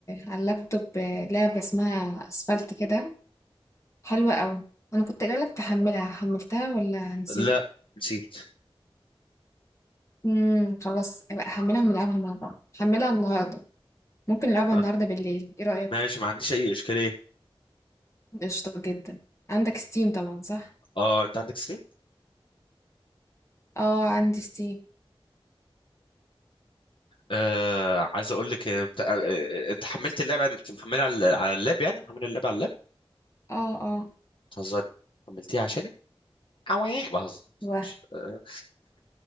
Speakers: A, on the left; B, on the left.
A: على اللابتوب لعبة اسمها اسفلت كده حلوة قوي انا كنت قايله لك تحملها حملتها ولا نسيت
B: لا نسيت
A: امم خلاص ابقى احملها ونلعبها مع بعض حملها النهارده ممكن نلعبها
B: آه
A: النهارده بالليل ايه رأيك
B: ماشي ما عنديش اي اشكاليه
A: قشطة جدا عندك ستيم طبعا صح
B: اه انت عندك ستيم
A: اه عندي ستيم
B: آه عايز اقول لك آه، بتاع- آه، آه، انت حملت اللعبه يعني انت محملها على على اللاب يعني محمل اللعبه على اللاب
A: اه اه
B: بتهزري حملتيها عشاني عوي بهزر
A: واه
B: آه.